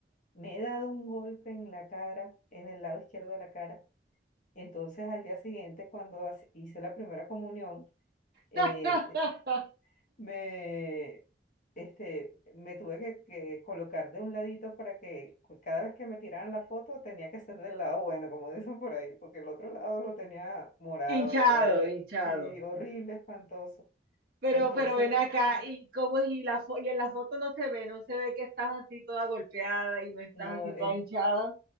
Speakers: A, on the left; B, on the right.
A: Me he dado un golpe en la cara, en el lado izquierdo de la cara. Entonces al día siguiente, cuando hace- hice la primera comunión, eh,
B: <laughs>
A: me, este, me tuve que, que colocar de un ladito para que cada vez que me tiraran la foto tenía que ser del lado bueno, como <laughs> dicen por ahí, porque el otro lado lo tenía morado,
B: Hinchado,
A: verde,
B: hinchado.
A: sí, horrible, espantoso.
B: Pero,
A: Entonces,
B: pero ven acá,
A: ajá,
B: y cómo es? y la fo- y en la foto no se ve, no se ve que estás así toda golpeada y no estás
A: no,
B: así
A: el,
B: toda hinchada.